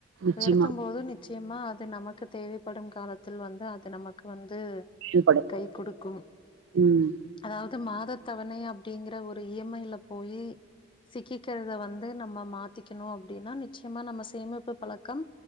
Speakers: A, on the right; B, on the left.
A: நிச்சயமா
B: உயர்த்தும் போது நிச்சயமா அது நமக்கு தேவைப்படும் காலத்தில் வந்து அது நமக்கு வந்து
A: பயன்படும்
B: கை கொடுக்கும்
A: ம்
B: அதாவ்து த்து மாதத்தவணை அப்டிங்கற ஒரு இ எம் ஐ ல போயி சிக்கிக்கிறத வந்து நம்ம மாத்திக்குணு அப்டின்னா நிச்சயமா நம்ம சேமிப்பு பழக்கம்